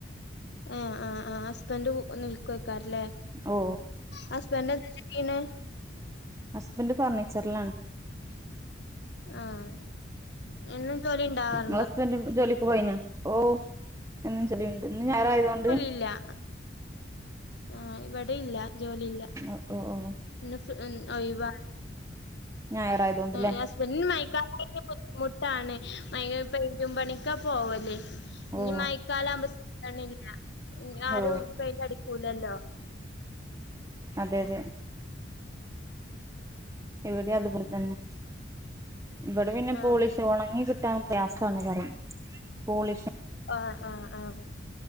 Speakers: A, on the left; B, on the right.
A: ആഹ് ആഹ് ആഹ് സ് ഹസ്ബൻഡ് കൂ നിൽക്കോക്കാരല്ലേ
B: ഓ
A: ഹസ്ബൻഡ് എന്താ ചെയ്യണേ
B: ഹസ്ബൻഡ് ഫർണിച്ചറിലാണ്.
A: ആഹ് എന്നും ജോലി ഇണ്ടാവാറ്
B: നിങ്ങളെ ഹസ്ബൻഡ് ജോലിക്ക് പോയിനാ ഓഹ് എന്നും ജോലിണ്ട് ഇന്ന് ഞായറായതോണ്ട്.
A: ഇല്ലാ. ആഹ് ഇവിടെ ഇല്ല ജോലിയില്ലാ.
B: ഓ ഓ
A: ഇന്ന് <unintelligible> ഒഴിവാണ്
B: ഞായറായതോണ്ട്ല്ലേ
A: ഞാ സ് പിന്നെ മയക്കാലയാ ബുദ്ധിമുട്ടാണ് മയ പെയ് പെയിന്റും പണിക്കാ പോവല്, ഇനി
B: ഓ
A: മഴക്കാലം ആവുമ്പോ <unintelligible> ഇഞ്ഞ് ആരും
B: ഓ
A: പെയിന്റടിക്കൂലല്ലോ.
B: അതെ അതെ.
A: ഉം
B: ഇവിടിം അതുപോല തന്നെ. ഇവിടെ പിന്നെ
A: ആഹ്
B: പോളീഷ് ഒണങ്ങി കിട്ടാൻ പ്രയാസാണ് പറിം പോളീഷ്
A: ആഹ് ആഹ് ആഹ്